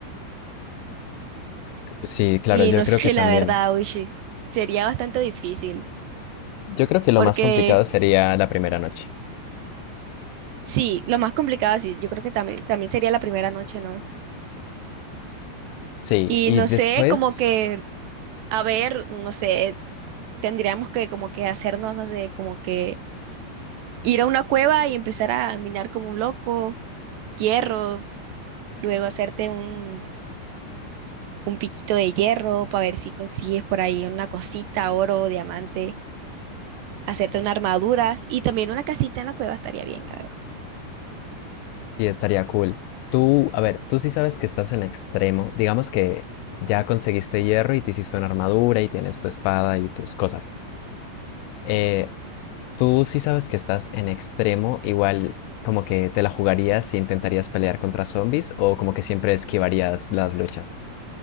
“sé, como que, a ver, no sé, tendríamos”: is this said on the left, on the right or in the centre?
Right